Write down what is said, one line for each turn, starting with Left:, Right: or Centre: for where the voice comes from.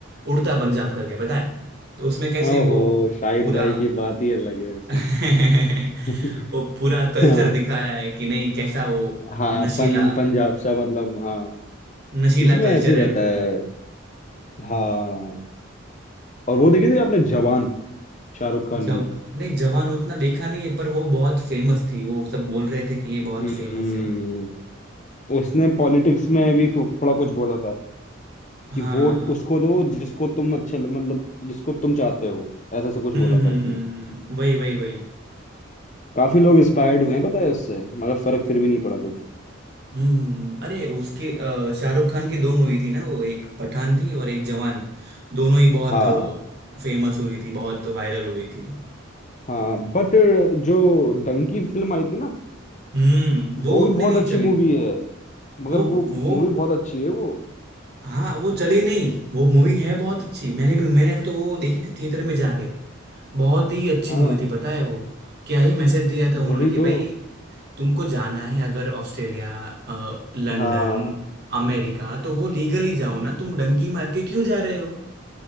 Right: उड़ता पंजाब करके पता है तो उसमें कैसे
Left: ओहो
Right: वो
Left: शाहिद
Right: पूरा
Left: भाई की बात ही अलग है उसमें
Right: <laughs>
Left: <laughs>
Right: वो पूरा कल्चर
Left: हाँ
Right: दिखाया है कि नहीं कैसा वो
Left: हाँ
Right: नशीला
Left: पं, पंजाब सा मतलब हाँ
Right: नशीला
Left: इसमें
Right: कल्चर
Left: ऐसे ही रहता
Right: है पूरा
Left: है हाँ और वो देखी थी आपने जवान शाहरुख खान
Right: जब
Left: की
Right: नहीं जवान उतना देखा नहीं है पर वो बहुत फेमस थी वो सब बोल रहे थे कि ये
Left: हम्म
Right: बहुत फेमस है
Left: उसने पॉलिटिक्स में भी थो- थोड़ा कुछ बोला था
Right: हाँ
Left: कि वोट उसको दो जिसको तुम अच्छा ल- मतलब जिसको तुम चाहते हो ऐसा ऐसा कुछ
Right: हम्म
Left: बोला
Right: हम्म
Left: था उसने
Right: हम्म, हम्म, वही वही वही
Left: काफी लोग इंस्पायर्ड हुए हैं पता है उससे मगर फर्क फिर भी नहीं पड़ा कुछ
Right: हम्म हम्म, हम्म। अरे उसके अ, शाहरुख खान की दो मूवी थी ना वो एक पठान थी और एक जवान दोनों ही बहुत
Left: हाँ
Right: फेमस हुई थी बहुत वायरल हुई थी दोनों
Left: हाँ बट जो डंकी फिल्म आई थी ना
Right: हम्म वो
Left: वो
Right: उतनी
Left: भी बहुत
Right: नहीं
Left: अच्छी
Right: चली
Left: मूवी है मगर
Right: वो
Left: वो
Right: वो
Left: मूवी बहुत अच्छी है वो
Right: हाँ वो चली नहीं वो मूवी है बहुत अच्छी मैंने भी मैंने तो वो देखी थी थिएटर में जाके बहुत ही अच्छी
Left: हाँ
Right: मूवी थी पता है वो क्या ही मैसेज दिया था उन्होंने
Left: वही
Right: कि भाई
Left: तो
Right: तुमको जाना है अगर ऑस्ट्रेलिया अ, लंदन
Left: हाँ
Right: अमेरिका तो वो लीगली जाओ ना तुम डंकी मार के क्यों जा रहे हो